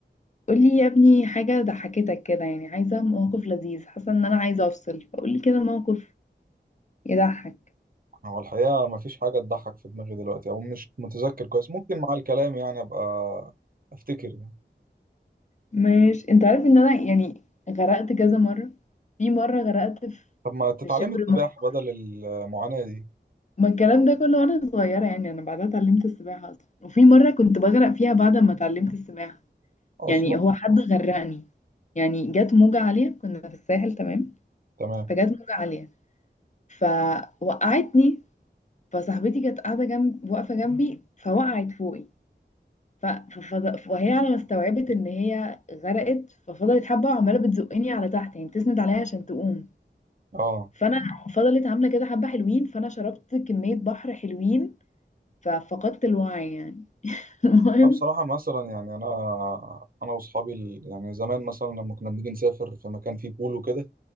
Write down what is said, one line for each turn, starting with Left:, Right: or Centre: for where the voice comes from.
Left: قولي يا ابني حاجة ضحكتك كده يعني عايزة موقف لذيذ حاسة ان انا عايزة افصل فقولي كده موقف يضحك
Right: هو الحقيقة مفيش حاجة تضحك في دماغي دلوقتي أو مش متذكر كويس ممكن مع الكلام يعني أبقى أفتكر يعني
Left: ماشي انت عارف ان انا يعني غرقت كذا مرة في مرة غرقت في
Right: طب ما تتعلمي
Left: في شبر
Right: السباحة
Left: مية
Right: بدل المعاناة دي
Left: ما الكلام ده كله وانا صغيرة يعني انا بعدها اتعلمت السباحة اصلا وفي مرة كنت بغرق فيها بعد ما اتعلمت السباحة
Right: أصلا
Left: يعني هو حد غرقني يعني جت موجة عالية كنا في الساحل تمام
Right: تمام
Left: فجت موجة عالية فوقعتني فصاحبتي كانت قاعدة جنب واقفة جنبي فوقعت فوقي ف... ففض... وهي على ما استوعبت ان هي غرقت ففضلت حبة وعمالة بتزقني على تحت يعني بتسند عليا عشان تقوم
Right: أه
Left: فانا فضلت عامله كده حبه حلوين فانا شربت كميه بحر حلوين ففقدت الوعي يعني <laughs> المهم
Right: لا بصراحة مثلا يعني أنا أنا وأصحابي ال- يعني زمان مثلا لما كنا بنيجي نسافر في مكان فيه بول وكده